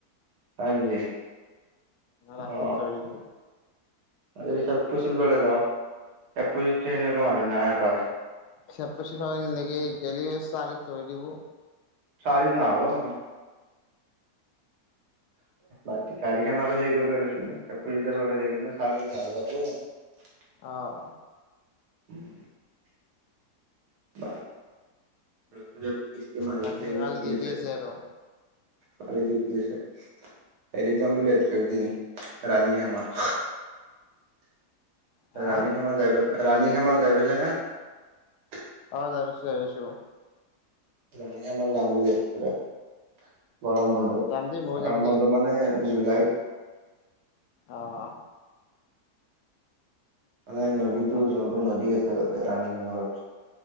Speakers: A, on the right (about 85°); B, on the left (about 80°).
A: হয় নেকি
B: ৰাস্তাত
A: অ
B: ধৰি দিব
A: আজিকালি ছব। পশ্চিম ফালে যাওঁ এ পুলিচটো সেনেকুৱা মানুহ নাই পায়।
B: <unintelligible> গেলি চাৰি ধৰি দিব।
A: চালি নাহো এ মই। বাকী গাড়ীখান আৰু হেইকৰিবা লৈছ না চলাই। <unintelligible>
B: অহ।
A: উম। <unintelligible> লৈ পেলাই কিস্তি মাৰি
B: বাকী
A: থৈ গ'ল
B: কালি
A: ঠিক
B: ডিউটি
A: আছে।
B: আৰু
A: কালি দিউটি আছে। হেৰিত যাম বুলি ভাবিছোঁ একদিন। ৰাণীখামাৰ।
B: হা
A: ৰাণীখামাৰ যাই পাই। ৰাণীখমাৰ যাই পাইছা নাহ।
B: অ যাই পাইছোঁ যাই পাইছোঁ।
A: ৰাণীখামাৰ যাম বুলি ভাবিছোঁ ৰহ। গৰম বন্ধত
B: পাইছো যাম দেই ময়ো যাম
A: গৰম
B: দেই
A: বন্ধ মানে। জুলাইত।
B: অহ।
A: মানে নদীটো
B: যাম দে
A: যোনটো নদী আছে তাতে ৰাণীখামাৰৰ